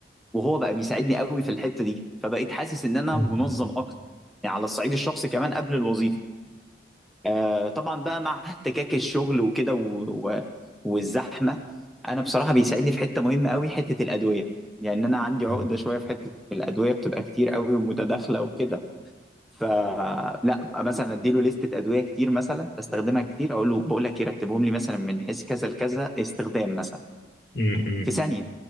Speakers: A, in the centre; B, on the left (about 65°).
A: وهو بقى بيساعدني قوي في الحته دي فبقيت حاسس ان انا
B: م-
A: منظم
B: م-
A: اكتر يعني على الصعيد الشخصي كمان قبل الوظيفه آه، طبعا بقى مع احتكاك الشغل وكده و... و... والزحمه انا بصراحه بيساعدني في حته مهمه قوي حته الادويه يعني انا عندي عقده
B: م-
A: شويه في حته الادويه بتبقى كتير قوي ومتداخله وكده فلا أبقى مثلا اديله لستة ادويه كتير مثلا بستخدمها كتير اقول له بقول لك ايه رتبهم لي مثلا من حيث كذا لكذا استخدام مثلا
B: م- م.
A: في ثانيه